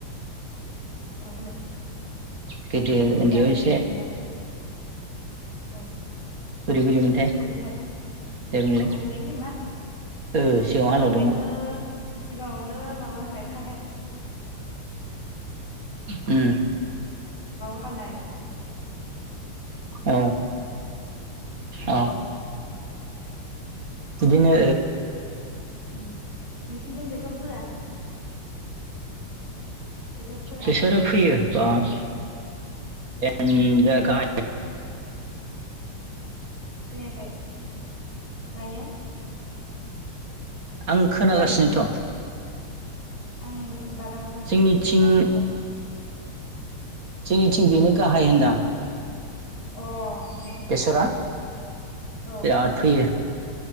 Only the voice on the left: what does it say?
औ
नेमफोरा
मोनथाम
मोनना औ
हालेवदोंमोन
हालेवनायनि नामा
सिगाङावनो
सिगाङावनो माबा होनो खारहाय
हानायनाय
औ
नोंसोरनिथि बेसर फोआ बेसर फोआ
नोंसिनिथिं
उम
खोनायाखै मायो
जि गायो आं बारा मोजां खोनायाखैमोन
दा खोनाबाय
अ उम उम
औ